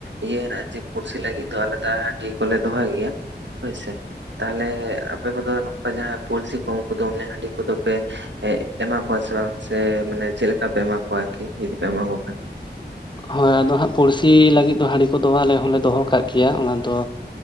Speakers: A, on the right; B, on the left.
A: ᱤᱭᱟᱹ ᱦᱮᱱᱟᱜᱼᱟ ᱡᱮ ᱯᱩᱲᱥᱤ ᱞᱟᱹᱜᱤᱫ ᱫᱚ ᱟᱞᱟᱫᱟ ᱰᱮ ᱠᱚᱞᱮ ᱫᱚᱦᱚᱭ ᱜᱮᱭᱟ ᱾ ᱦᱳᱭᱥᱮ ᱛᱟᱞᱦᱮ ᱟᱯᱮ ᱠᱚᱫᱚ ᱱᱚᱝᱠᱟ ᱡᱟᱦᱟᱸ ᱯᱩᱲᱥᱤ ᱠᱚ ᱩᱱᱠᱩ ᱫᱚ ᱚᱱᱮ ᱦᱟᱹᱰᱤ ᱠᱚᱫᱚ ᱯᱮ ᱮᱸ ᱮᱢᱟ ᱠᱚᱣᱟ ᱥᱮ ᱵᱟᱝ ᱥᱮ ᱢᱟᱱᱮ ᱪᱮᱫ ᱠᱟᱯᱮ ᱮᱢᱟ ᱠᱚᱣᱟ ᱟᱨᱠᱤ ᱡᱩᱫᱤ ᱯᱮ ᱮᱢᱟ ᱠᱚ ᱠᱷᱟᱱ?
B: ᱦᱳᱭ ᱟᱫᱚ ᱦᱟᱸᱜ ᱯᱩᱲᱥᱤ ᱞᱟᱹᱜᱤᱫ ᱫᱚ ᱦᱟᱹᱰᱤ ᱠᱚᱫᱚ ᱟᱞᱮ ᱦᱚᱸᱞᱮ ᱫᱚᱦᱚ ᱠᱟᱜ ᱜᱮᱭᱟ ᱚᱱᱟ ᱫᱚ